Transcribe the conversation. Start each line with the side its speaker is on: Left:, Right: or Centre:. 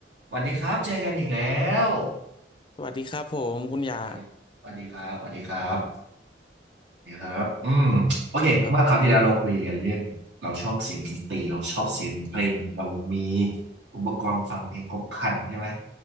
Right: สวัสดีครับเจอกันอีกแล้ว
Left: สวัสดีครับผมคุณยา
Right: สวัสดีสวัสดีครับสวัสดีครับสวัสดีครับอืมโอเคเมื่อคราวที่แล้วเราคุยกันเรื่อง
Left: ครับ
Right: เราชอบเสียงดนตรีเราชอบเสียงเพลงเรามีอุปกรณ์ฟังเพลงครบครันใช่ไหม